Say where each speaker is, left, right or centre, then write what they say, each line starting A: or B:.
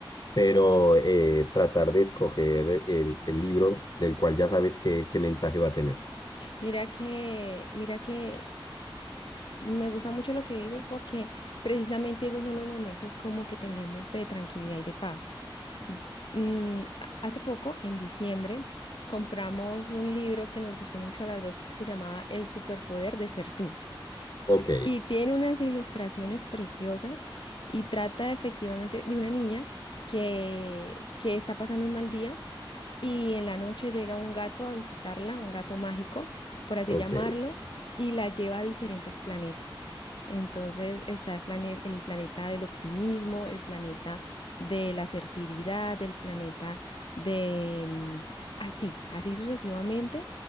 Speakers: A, on the left; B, on the left.
A: pero eh, tratar de escoger el, el libro del cual ya sabes qué, qué mensaje va a tener.
B: Mira que, mira que me gusta mucho lo que dices porque precisamente esos son los momentos como que tenemos de tranquilidad y de paz. Mm, a- hace poco, en diciembre, compramos un libro que nos gustó mucho a las dos porque se llamaba El superpoder de ser tú.
A: Ok,
B: Y tiene unas ilustraciones preciosas y trata efectivamente de una niña que, que está pasando un mal día y en la noche llega un gato a visitarla, un gato mágico, por así
A: ok.
B: llamarlo, y la lleva a diferentes planetas. Entonces está el plane- el planeta del optimismo, el planeta de la asertividad, el planeta de... mm, así, así sucesivamente.